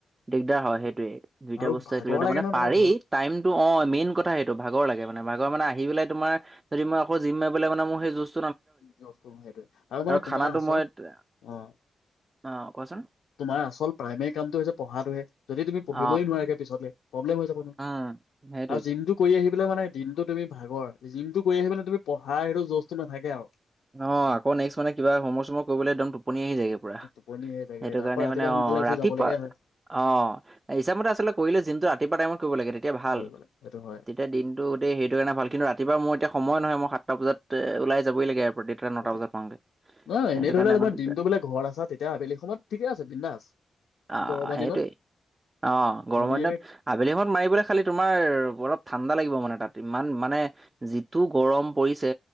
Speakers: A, on the right; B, on the left.
A: দিগদাৰ হয় সেইটোৱে, দুইটা
B: আৰু
A: বস্তু
B: ভাগৰ
A: একেলগতে
B: লাগে
A: মানে
B: ন
A: পাৰি
B: তোমাৰ বহুত
A: টাইমটো, অ', মেইন কথা সেইটো ভাগৰ লাগে মানে ভাগৰ মানে আহি পেলাই তোমাৰ যদি মই আকৌ জিম মাৰিব মানে মোৰ সেই যুচ
B: <inaudible> সেইটোৱে আৰু মানে তোমাৰ
A: খানাটো
B: আচল,
A: মই
B: অ',
A: অ', কোৱাচোন
B: তোমাৰ আচল প্ৰাইমেৰী কামটো হৈছে পঢ়াত <unintelligible> যদি তুমি পঢ়িবই
A: অ'।
B: নোৱাৰাগে পিছলে প্ৰব্লেম হৈ যাব নহয়
A: উম, সেইটোৱে।
B: আৰু জিমটো কৰি আহি <unintelligible> মানে দিনটো তুমি ভাগৰ, জিমটো কৰি আহি মানে তুমি পঢ়া সেইটো জচটো নাথাকে আৰু
A: অ', আকৌ নেক্স মানে কিবা হোমৱৰ্ক সমৱৰ্ক কৰিবলৈ একদম টোপনি আহি যায়গে পুৰা,
B: টোপনি হৈ থাকে
A: সেইটো কাৰণে
B: আকৌ ৰাতিপুৱা
A: মানে
B: সোনকালে
A: অ',
B: উঠি
A: ৰাতিপুৱা
B: যাবলগীয়া হয়
A: অ', ইচ্ছামতে আচলতে কৰিলে জিমটো ৰাতিপুৱা টাইমত কৰিব লাগে তেত তিয়া ভাল,
B: কৰিবলৈ সেইটো হয়।
A: তেতিয়া দিনতটো গোটেই সেইটো কাৰণে ভাল কিন্তু ৰাতিপুৱা মোৰ এতিয়া সময় নহয় মই সাতটা বজাত ওলাই যাবই লাগে এ <unintelligible>
B: সেইটোৱে
A: নটা বজাত পাওঁগে
B: নহয়
A: সেইটো
B: এনেই ধৰি
A: কাৰণে
B: লোৱা তোমাৰ
A: অকন দিগদাৰ
B: দিনটো বোলে ঘৰত আছা তেতিয়া আবেলি সময়ত ঠিকে আছে বিন্দাছ।
A: অহ,
B: গৰমৰ
A: সেইটোৱেই,
B: দিনত
A: অ', গৰমৰ
B: ধুনীয়াকে
A: দিনত আবেলি সময়ত মাৰিবলৈ খালি তোমাৰ অলপ ঠাণ্ডা লাগিব মানে তাত ইমান মানে যিটো গৰম পৰিছে